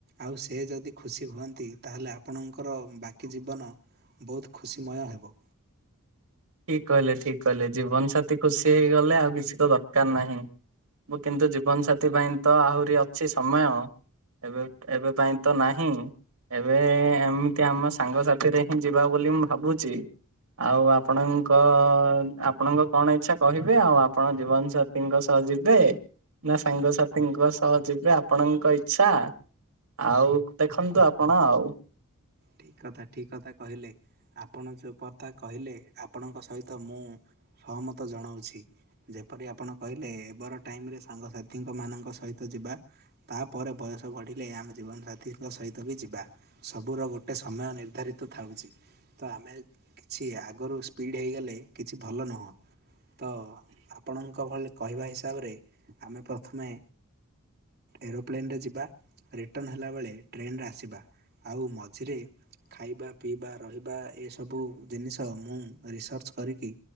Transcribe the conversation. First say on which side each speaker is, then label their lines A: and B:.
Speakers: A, on the right; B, on the right.
A: ଆଉ ସେ ଯଦି ଖୁସି ହୁଅନ୍ତି ତାହେଲେ ଆ ପଣଙ୍କର ବାକି ଜୀବନ ବହୁତ ଖୁସିମୟ ହେବ।
B: ଠିକ କହିଲେ ଠିକ କହିଲେ ଜୀବନ ସାଥୀ ଖୁସି ହେଇଗଲେ ଆଉ କିଛି ତ ଦରକାର ନାହିଁ। ମୁ କିନ୍ତୁ ଜୀବନ ସାାଥି ପାଇଁ ତ ଆହୁରି ଅଛି ସମୟ ଏବେ ଏବେ ପାଇଁ ତ ନାହିଁ। ଏବେ ଏମିତି ଆମ ସାଙ୍ଗସାଥିରେ ହିଁ ଯିବା ବୋଲି ମୁଁ ଭାବୁଚି ଆଉ ଆ ଆପଣଙ୍କ ଆପଣଙ୍କ କଣ ଇଚଛା କହିବେ ଆଉ ଆପଣ ଜୀବନ ସାାଥୀଙ୍କ ସହ ଯିବେ। ନା ସାଙ୍ଗସାଥିଙ୍କ ସହ ଯିବେ ଆପଣଙ୍କ ଇଚ୍ଛା ଆଉ ଦେଖନ୍ତୁ ଆପଣ ଆଉ।
A: ଠିକ କଥା ଠିକ କଥା କହିଲେ ଆପଣ ଯୋଉ ପତା କହିଲେ ଆପଣଙ୍କ ସହିତ ତ ମୁଁ ସହମତ ଜଣଉଚି। ଯେପରି ଆପଣ କହିଲେ ଏ ବର ଟାଇମରେ ସାଙ୍ଗସାଥୀଙ୍କ ମାନଙ୍କ ସହିତ ଯିବା ତାପରେ ବୟସ ବଢ଼ିଲେ ଆମେ ଜୀବନସାଥୀଙ୍କ ସହିତ ବି ଯିବା ସବୁର ଗୋ ଟେ ସମୟ ନିର୍ଦ୍ଧାରିତ ଥାଉଛି ତ ଆମେ କିଛି ଆଗରୁ ସ୍ପିଡ଼୍ ହୋଇଗଲେ କିଛି ଭଲ ନୁହଁ ତ ଆପଣଙ୍କ ଭଳି କହିବା ହିସାବରେ ଆମେ ପ୍ରଥମେ ଏରୋପ୍ଲେନ ରେ ଯିବା ରିଟର୍ଣ ହେଲା ବେଳେ ଟ୍ରେନ ରେ ଆସିବା ଆଉ ମ ଝିରେ ଖାଇବା ପିଇବା ରହିବା ଏସବୁ ଜିନିଷ ମୁଁ ରିସର୍ଚ୍ଚ କରିକି